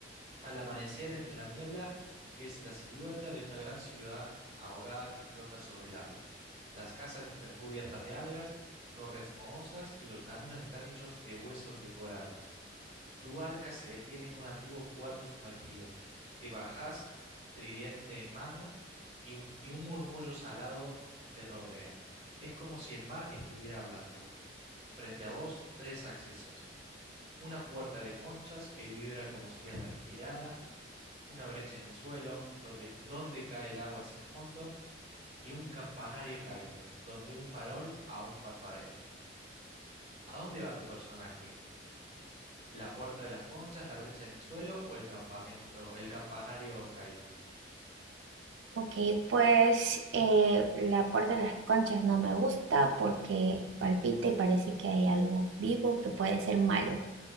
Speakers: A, on the right; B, on the right.
A: Al amanecer entre la niebla, ves la silueta de una gran ciudad ahogada que flota sobre el agua. Las casas están cubiertas de algas, torres mohosas y los caminos están hechos de huesos de coral. Tu barca se detiene en un antiguo puerto sumergido. Te bajás, tridente en mano, y un, y un murmullo salado te rodea. Es como si el mar estuviera hablando. Frente a vos, tres accesos. Una puerta de conchas que vibra como si respirara, una brecha en el suelo, donde, donde cae el agua sin fondo, y un campanario caído, donde un farol aún parpadea. ¿A dónde va tu personaje? la puerta de las conchas, la brecha en el suelo o el campamento, el campanario caído.
B: Ok, pues eh, la puerta de las conchas no me gusta porque palpita y parece que hay algo vivo que puede ser malo.